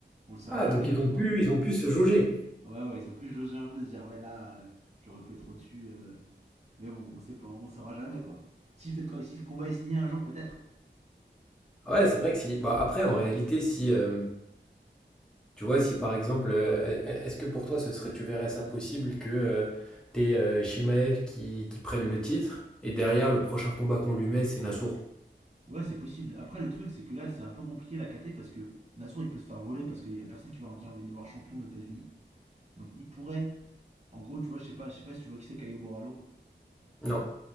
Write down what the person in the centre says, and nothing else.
Ah,
donc ils
ont
pu, ils ont pu se jauger.
Ouais, c'est vrai que si. Bah, après, en réalité, si. euh, tu vois, si par exemple. euh, est-ce que pour toi, ce serait, tu verrais ça possible que euh, t'aies euh, Shimaev qui, qui prenne le titre et derrière, le prochain combat qu'on lui met, c'est Nassour?
Non.